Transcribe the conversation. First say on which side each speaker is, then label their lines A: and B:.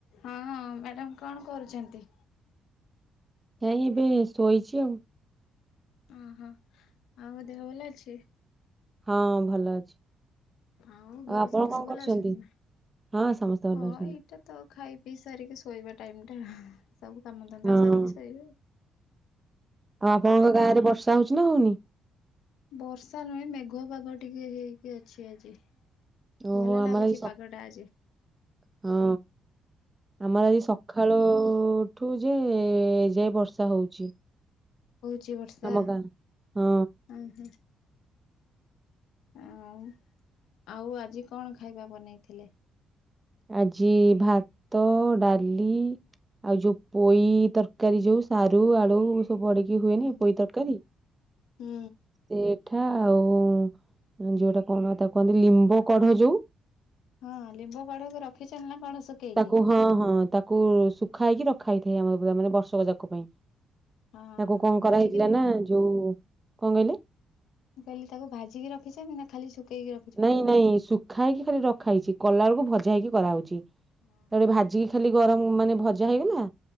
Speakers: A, on the left; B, on the right.
A: ହଁ ହଁ ମ୍ୟାଡାମ କଣ କରୁଛନ୍ତି?
B: ନାଇଁ ଏବେ ଶୋଇଛି ଆଉ।
A: ଓହୋ, ଆଉ ଦେହ ଭଲ ଅଛି?
B: ହଁ, ଭଲ ଅଛି।
A: ଆଉ ଘରେ
B: ଆପଣ
A: ସମସ୍ତେ
B: କଣ
A: ଭଲ
B: କରୁଛନ୍ତି?
A: ଅଛନ୍ତି ନା?
B: ହଁ ସମସ୍ତେ ଭଲ
A: ହଁ
B: ଅଛନ୍ତି।
A: ଏଇ ଏଇଟା ତ ଖାଇ ପିଇ ସାରିକି ଶୋଇବା ଟାଇମ୍ ଟା, ସବୁ କାମ ଧନ୍ଦା
B: ହଁ
A: ସାରିକି ଶୋଇବେ ଆଉ।
B: ଆଉ ଆପଣଙ୍କ ଗାଁରେ ବର୍ଷା ହଉଛି ନା ହଉନି?
A: ବର୍ଷା ନୁହେଁ, ମେଘୁଆ ପାଗ ଟିକେ ହେଇକି ଅଛି ଆଜି।
B: ଓହୋ
A: ଭଲ
B: ଆମର
A: ଲାଗୁଛି
B: ଆଜି ସପ୍
A: ପାଗ ଟା ଆଜି
B: ହଁ ଆମର ଆଜି ସପ୍ ସଖାଳ ଉଠୁଚି ଏ ଯାଏ ବର୍ଷା ହଉଛି।
A: ହଉଛି ବର୍ଷା,
B: ଆମ ଗାଁ। ହଁ
A: ଆଁ ହା। ଆଉ ଆଉ ଆଜି କଣ ଖାଇବା ବନେଇଥିଲେ?
B: ଆଜି ଭାତ, ଡାଲି ଆଉ ଯୋଉ ପୋଇ ତରକାରୀ ଯୋଉ ସାରୁ, ଆଳୁ ସବୁ ପଡି। କି ହୁଏନି
A: ଓହୋ।
B: ପୋଇ ତରକାରୀ। <unintelligible>
A: ହୁଁ
B: ପିଠା ଆଉ ଯଉଟା କଣ ତାକୁ କୁହନ୍ତି, ଲିମ୍ବ କଢରେ ଯୋଉ
A: ହଁ, ଲିମ୍ବ କଢକୁ ରଖିଛନ୍ତି ନା କଣ ଶୁଖେଇକି,?
B: ତାକୁ ହଁ ହଁ ତାକୁ ତାକୁ ଶୁଖା ହେଇକି ରଖାହେଇଥାଏ, ଆମର ପୁରା ମାନେ ବର୍ଷକ ଯାକ ପାଇଁ।
A: ହଁ
B: ତାକୁ
A: ହଁ
B: କଣ
A: ଭାଜିକିରି
B: କରାହେଇଥିଲା ନା ଯୋଉ କଣ କହିଲେ?
A: ମୁଁ କହଲି ତାକୁ ଭାଜିକି ରଖିଛନ୍ତି ନା ଖାଲି ଶୁଖେଇକି ରଖ
B: ନାଇଁ ନାଇଁ ଶୁଖା ହେଇକି ରଖା ହେଇଛି, କଲା ବେଳକୁ ଭଜା ହେଇକି କରାହଉଛି, ତାକୁ
A: ହଁ ହଁ।
B: ଟିକେ ଭାଜି ଖାଲି ଗରମ ମାନେ ଭଜା ହେଇଗଲା,